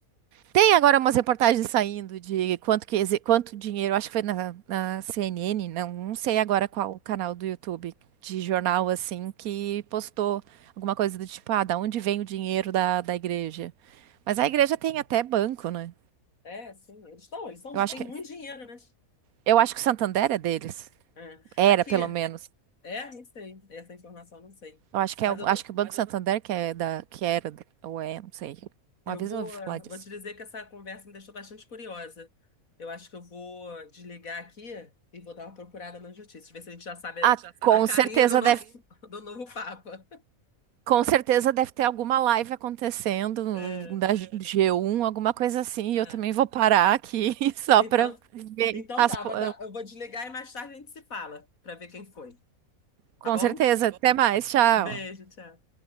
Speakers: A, on the right (about 80°); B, on the left (about 70°).
A: Tem agora umas reportagens saindo de quanto que exi- quanto dinheiro, acho que foi na, na CNN, não, não sei agora qual o canal do YouTube de jornal assim que postou alguma coisa do tipo, ah, da onde vem o dinheiro da, da igreja? Mas a igreja tem até banco, né?
B: É, sim, eles estão, eles são,
A: Eu acho
B: têm
A: que
B: muito dinheiro, né?
A: eu acho que o Santander é deles.
B: É.
A: Era,
B: Aqui,
A: pelo menos.
B: é, não sei, essa informação eu não sei.
A: Eu acho que
B: Mas
A: é, o-
B: eu,
A: acho que o Banco Santander que é da, que era, da- ou é, não sei. Uma
B: Eu
A: vez
B: vou,
A: eu ouvi falar
B: eh, vou
A: disso.
B: te dizer que essa conversa me deixou bastante curiosa. Eu acho que eu vou desligar aqui e vou dar uma procurada nas notícias, ver se a gente já sabe
A: Ah, com
B: a carinha
A: certeza
B: do nosso
A: deve,
B: <laughs> do novo Papa.
A: com certeza deve ter alguma live acontecendo
B: É,
A: da G- G1, alguma coisa assim,
B: ah,
A: e eu também vou parar aqui <laughs> só
B: então,
A: para ver
B: então
A: as,
B: tá,
A: po-
B: vou dar- eu vou desligar e mais tarde a gente se fala para ver quem foi,
A: com
B: tá bom?
A: certeza. Até mais, tchau.
B: Um beijo, tchau.